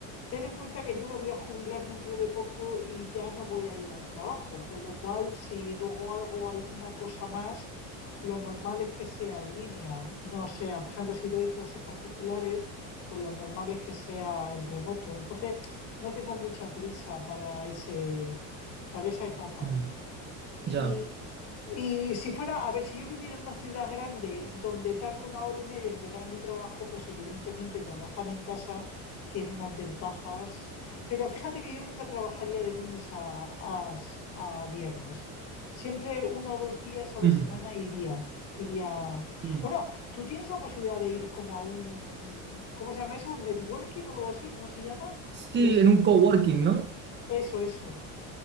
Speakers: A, on the left (about 45°); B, on the right (about 30°).
A: Ten en cuenta que yo me voy a jubilar dentro de poco y ya no voy a ir al trabajo, con lo cual si luego hago alguna cosa más, lo normal es que sea en línea, no sea, por ejemplo, si doy clases particulares, pues lo normal es que sea en remoto. Entonces, no tengo mucha prisa para ese, para esa etapa.
B: mm,
A: Y,
B: ya.
A: y si fuera, a ver, si yo viviera en una ciudad grande en donde tarde una hora y media en llegar a mi trabajo, pues evidentemente trabajar en casa tiene unas ventajas. Pero fíjate que yo nunca trabajaría de lunes a, a- a viernes. Siempre uno o dos días a la
B: Mm,
A: semana iría. Iría.
B: mm.
A: Bueno, tú tienes la posibilidad de ir como a un, ¿cómo se llama eso? ¿Un networking o algo así? ¿Cómo se llama?
B: Sí,
A: Los sit-
B: en un coworking, ¿no?
A: Eso, eso.